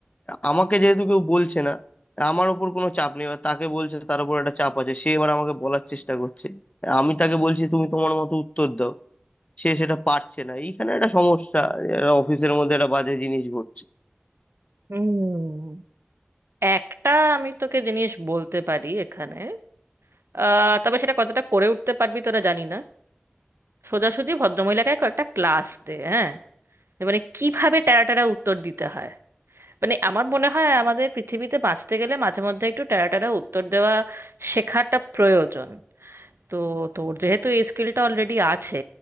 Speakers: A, on the left; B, on the right.
A: আমাকে যেহেতু কেউ বলছে না আমার ওপর কোনো চাপ নেই বা তাকে বলছে তার উপর একটা চাপ আছে সে এবার আমাকে বলার চেষ্টা করছে আমি তাকে বলছি তুমি তোমার মতো উত্তর দাও সে সেটা পারছে না এইখানে একটা সমস্যা অফিসের মধ্যে একটা বাজে জিনিস ঘটছে
B: হুম একটা আমি তোকে জিনিস বলতে পারি এখানে আহ তবে সেটা কতটা করে উঠতে পারবি তোরা জানি না সোজাসুজি ভদ্রমহিলাকে কয়েকটা ক্লাস দে হ্যাঁ যে মানে কিভাবে টেরা টেরা উত্তর দিতে হয় মানে আমার মনে হয় আমাদের পৃথিবীতে বাঁচতে গেলে মাঝে মধ্যে একটু টেরা টেরা উত্তর দেওয়া শেখাটা প্রয়োজন তো তোর যেহেতু এই স্কিলটা অলরেডি আছে